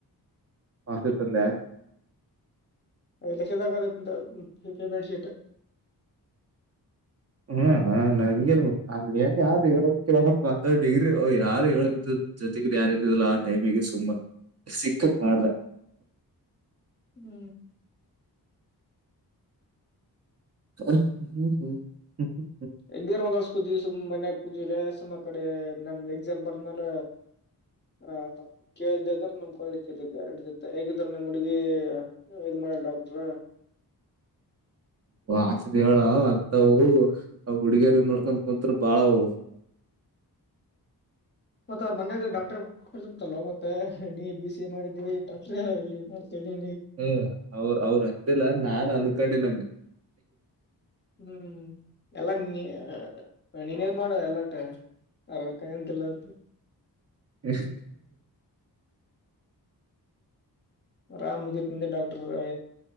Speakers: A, on the right; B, on the left.
A: ಹಾ ಸೇ ತಂದೆ
B: ಎಲೆಕ್ಷನ್ದಾಗ ಪೇಮೆಂಟ್ ಶೀಟ್
A: ಹೂ ನನ್ಗೇನ್ ಅನ್ ಯಾರು ಹೇಳ ಅಂತ ಡಿಗ್ರಿ ಯಾರು ಹೇಳದ ಜೊತೆಗ ಯಾರತಿಲ್ಲ ಆ ಟೈಮಿಗೆ ಸುಂಬಾ ಸಿಕ್ಕಕ್ ಮಾಡ್ರ
B: ಹೂ
A: ಹ ಹೂ ಹೂ ಹೂ
B: ಹೆಂಗೇನ್ ಒಂದರ್ಸ್ ಕೂುದೀವಿ ಸುಮ್ಮ್ ಮನ್ಯಾಗ ಪೂಜಿಲ್ಲ ಸುಮ್ಮ್ ಕಡೆ ನಮ್ ಎಕ್ಸಾಮ್ ಬಂದ ಮೇ ಆ ಕೇಳ್ದದ್ರೆ ನಮ್ ಕಾಲಿದ್ದ ಹಿಡಿದತ್ತ ಹೇಗಿದ್ರ ನಿಮ್ ಹುಡುಗಿ ಇದು ಮನ ಡಾಕ್ಟರ
A: ಆಚೆ ದಳ ಅಂತವು ಅವ ಹುಡುಗಿಯರ ನೋಡ್ಕ್ ಕುಂತರ ಬಾಳವು
B: ಮತ್ತ ಅವ ಮನ್ನಾಗ ಡಾಕ್ಟರ್ ಂಟಲ್ ಮತ್ತೆ ನೀ ಬಿ ಸಿ ಎ ಮಾಡಿದೀಿ ಡಾಕ್ಟ್ರ ಎಲ್ಲಿ ಮಾಡ್ತೇಿಗೆ
A: ಹ ಅವ್ರ ಅವ್ರ ಅಂದಿಲ್ಲ ನಾನ್ ಅನ್ಕಡೆ ನಂಗ
B: ಹೂ ಎಲ್ಲ ನೀ ನೀನ್ೇದ್ ಮಾಡುವ ಎಲ್ಲಟ ಅರ ಕಾಯಂತಿಲ್ಲ ಅಂತ
A: ಎಷ್ಟ
B: ಅವ ಆ ಮುದಿಂದ ಡಾಕ್ಟರ್ ಐ